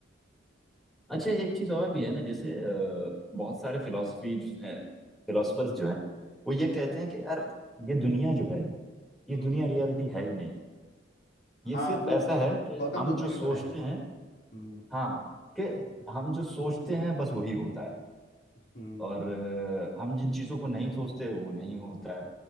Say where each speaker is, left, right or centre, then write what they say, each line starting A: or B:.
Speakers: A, in the centre; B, on the left.
A: अच्छा एक चीज और भी है ना जैसे अ, बहुत सारे फिलोसफी फिलोसफर्स जो हैं वो ये
B: हम्म
A: कहते हैं कि यार ये दुनिया जो है ये
B: हम्म
A: दुनिया रियलिटी है ही नहीं ये
B: हाँ
A: सिर्फ
B: वो
A: ऐसा है कि
B: गौतम
A: हम
B: बुद्ध
A: जो
B: ने भी
A: सोचते
B: बोला है
A: हैं
B: हम्म
A: हाँ कि हम जो सोचते हैं बस वही होता है
B: हम्म
A: और अ, हम जिन चीज़ों को नहीं सोचते वो नहीं होता है